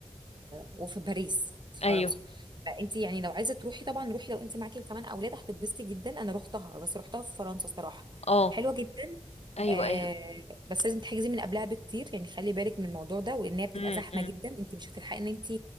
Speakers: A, on the right (about 40°); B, on the left (about 70°).
A: وفي باريس في
B: ايوه
A: فرنسا فانت يعني لو عايزه تروحي طبعا روحي لو انت معاكي كمان اولاد هتتبسطي جدا انا رحتها بس رحتها في فرنسا الصراحه
B: اه
A: حلوه جدا
B: ايوه
A: آه
B: ايوه
A: بس لازم تحجزي من قبلها بكتير يعني خلي بالك من الموضوع ده وان هي بتبقى
B: امم
A: زحمه
B: إمم.
A: جدا انت مش هتلحقي ان انت